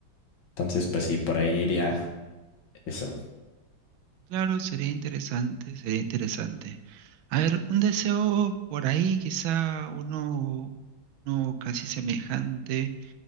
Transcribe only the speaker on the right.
Claro, sería interesante, sería interesante. A ver, un deseo por ahí, quizá uno, uno casi semejante.